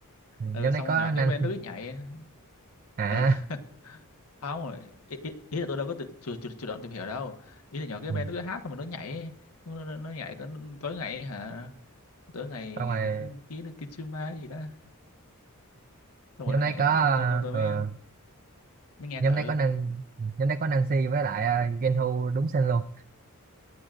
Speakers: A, on the right (about 40°); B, on the left (about 80°).
A: nhóm
B: ừ xong
A: đấy có
B: rồi nhỏ
A: năng
B: cái bên nó cứ nhảy
A: à
B: ờ <laughs> không rồi ý, ý, ý là tôi đâu có tự, chủ, chủ, chủ động tìm hiểu đâu ý là nhỏ cái
A: Ừ.
B: bên nó cứ hát xong rồi nó nhảy nó, nó, nó nhảy tới tối ngày hả tối ngày
A: xong rồi
B: cái cái cái Kitsuma gì đó xong
A: nhóm
B: rồi nó
A: đấy
B: nhảy
A: có
B: xong xong tôi
A: ờ,
B: mới mới nghe
A: nhóm
B: thử
A: đấy có năng nhóm đấy có Nancy với lại uh, Genhu đúng tên luôn